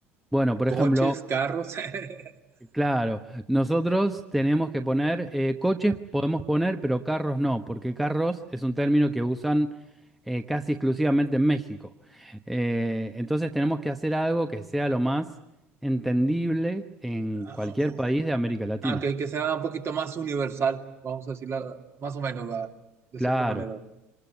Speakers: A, in the centre; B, on the right.
A: Bueno, por
B: Coches,
A: ejemplo,
B: carros. <laughs>
A: claro, nosotros tenemos que poner eh, coches, podemos poner, pero carros no, porque carros es un término que usan eh, casi exclusivamente en México. Eh, entonces tenemos que hacer algo que sea lo más entendible en
B: Ah,
A: cualquier
B: o-
A: país de América Latina.
B: ah, que, que sea un poquito más universal, vamos a decirla más o menos, ¿verdad? De
A: Claro.
B: cierta manera.